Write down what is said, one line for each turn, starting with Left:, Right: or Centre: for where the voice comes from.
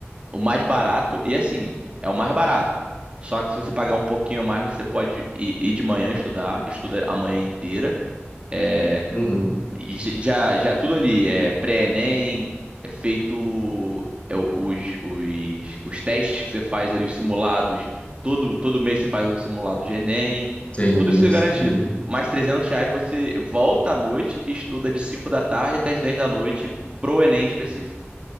Right: O mais barato e assim é o mais barato. Só que se você pagar um pouquinho a mais, você pode ir, ir de manhã estudar, estuda a manhã inteira. é,
Left: uhum.
Right: e j- Já, já tudo ali, é pré-ENEM, é feito é, o- os, os, os testes que você faz ali, os simulados, todo, todo mês você faz um simulado de ENEM,
Left: Sim,
Right: tudo isso é
Left: sim.
Right: garantido. Mais 300 reais você volta à noite e estuda de 5 da tarde até as 10 da noite pro ENEM específico.